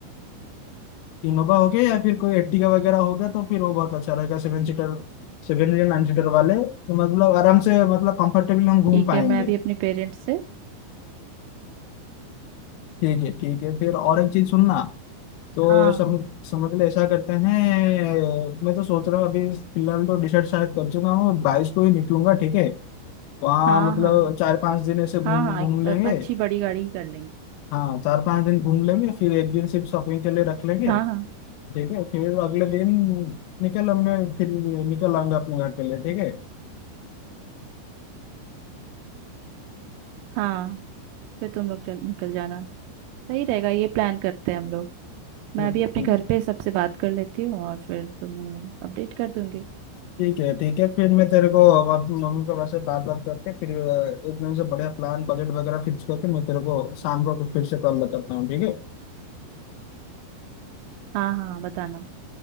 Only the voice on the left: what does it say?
इनोवा हो गया या फिर कोई एट्टिका वगैरह हो गया तो फिर वो बहुत अच्छा रहेगा सेवन सीटर सेवन या नाइन सीटर वाले तो मतलब आराम से मतलब कंफर्टेबली हम घूम
पाएंगे
ठीक है ठीक है फिर और एक चीज सुनना तो
सम, समझ ले ऐसा करते हैं मैं तो सोच रहा हूँ अभी फिलहाल तो डिसाइड शायद कर चुका हूँ बाईस को ही निकलूंगा ठीक है वहाँ
मतलब
चार पांच दिन ऐसे
घूम
घूम
लेंगे
हाँ चार पांच दिन घूम लेंगे फिर एक दिन सिर्फ शॉपिंग के लिए रख लेंगे
ठीक है फिर अगले दिन निकल मैं फिर निकल आऊंगा अपने घर के लिए ठीक है
ठीक
है
ठीक
है
ठीक है ठीक है फिर मैं तेरे को अब अपनी मम्मी पापा से बात बात करके फिर अ, एकदम से बढ़िया प्लान बजट वगैरह फिक्स करके मैं तेरे को शाम को फिर से कॉल करता हूँ ठीक है